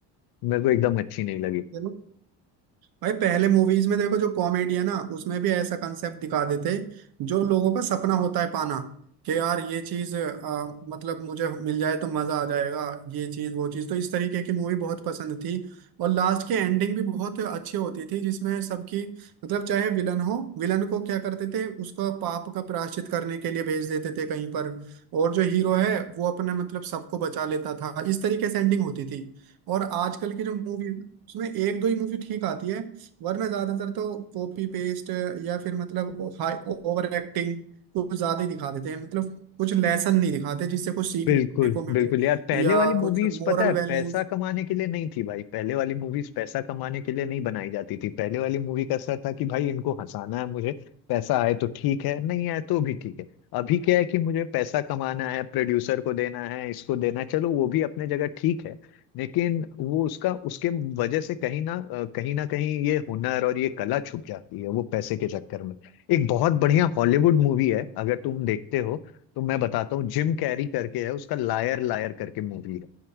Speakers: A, on the left; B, on the right.
A: मेरे को एकदम अच्छी नहीं लगी
B: चलो भाई पहले मूवीज में देखो जो कॉमेडी है ना उसमें भी ऐसा कंसेप्ट दिखा देते जो लोगों का सपना होता है पाना कि यार ये चीज आ, मतलब मुझे मिल जाए तो मजा आ जाएगा ये चीज वो चीज तो इस तरीके की मूवी बहुत पसंद थी और लास्ट की एंडिंग भी बहुत अच्छी होती थी जिसमें सबकी मतलब चाहे विलन हो विलन को क्या करते थे उसको पाप का प्रायश्चित करने के लिए भेज देते थे कहीं पर और जो हीरो है वो अपने मतलब सबको बचा लेता था इस तरीके से एंडिंग होती थी और आजकल की जो मूवी उसमें एक दो ही मूवी ठीक आती है वरना ज्यादातर तो कॉपी पेस्ट या फिर मतलब हाई ओवर एक्टिंग कुछ ज्यादा ही दिखा देते हैं मतलब कुछ लेसन नहीं दिखाते जिससे कुछ सीखने
A: बिल्कुल
B: को मिले
A: बिल्कुल यार पहले
B: या
A: वाली मूवीज
B: कुछ मोरल
A: पता है
B: वैल्यूज
A: पैसा कमाने के लिए नहीं थी भाई पहले वाली मूवीज पैसा कमाने के लिए नहीं बनाई जाती थी पहले वाली मूवी का असर था कि भाई इनको हंसाना है मुझे पैसा आए तो ठीक है नहीं आए तो भी ठीक है अभी क्या है कि मुझे पैसा कमाना है प्रोड्यूसर को देना है इसको देना है चलो वो भी अपने जगह ठीक है लेकिन वो उसका उसके वजह से कहीं ना अ, कहीं ना कहीं ये हुनर और ये कला छुप जाती है वो पैसे के चक्कर में एक बहुत बढ़िया हॉलीवुड मूवी है अगर तुम देखते हो तो मैं बताता हूँ जिम कैरी करके है उसका लायर लायर करके मूवी है